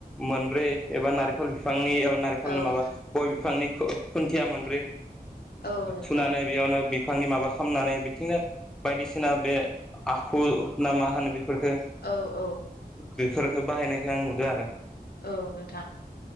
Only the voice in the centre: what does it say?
मोनब्रै एबा नारेंखल बिफांनि एबा नारेंखल
माबा गय बिफांनि खुन्थिया मोनब्रै
थुनानै बेयावनो बिफांनि माबा खालामनानै बिदिनो बायदिसिना बे माखु ना मा होनो बेफोरफोरखो
बेफोरखौ बाहायनायखौ आं नुदों आरो